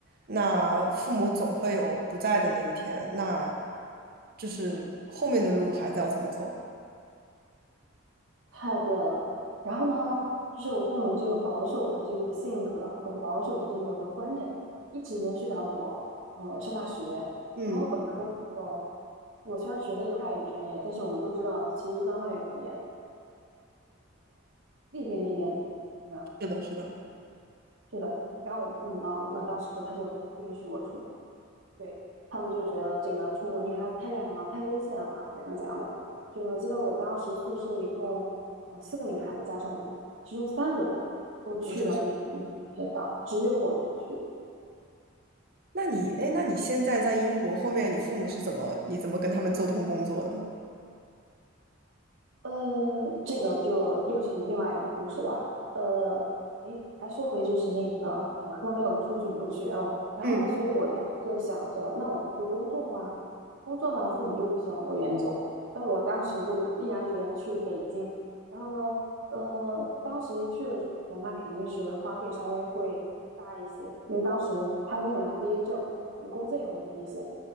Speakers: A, on the right (about 50°); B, on the right (about 70°).
A: 那父母总会有不在的那一天，那就是后面的路孩子要怎么走？
B: 太对了。然后呢，就是我父母的这个保守的这个性格很保守的这个观念，一直延续到我呃上大学。
A: 嗯，
B: 等到我本科的时候，我虽然学了一个外语专业，但是我们都知道，其实一般外语专业历练历练，对吧？
A: 是的，是的，
B: 是的。然后我的父母呢，那当时他就不允许我出国。对，他们就觉得这个出国女孩子太远了，太危险了，怎样怎样的。就是我记得我当时宿舍一共呃四个女孩子加上我，其中三个都去了那个那个学校，
A: 要出去。
B: 只有我没去。
A: 那你，哎，那你现在在英国，后面你父母是怎么，你怎么跟他们做通工作的？
B: 呃，这个就又是另外一个故事了。呃，诶，还说回就是那个本科没有出去留学哦，然后呢，
A: 嗯，
B: 所以我当时就想着，那我就工作吧，工作呢，父母又不希望我远走，但我当时就是毅然决然去了北京。然后呢，呃，当时一去的时候，那肯定是花费稍微会大一些，因为当时还没有拿毕业证，呃工资也会低一些。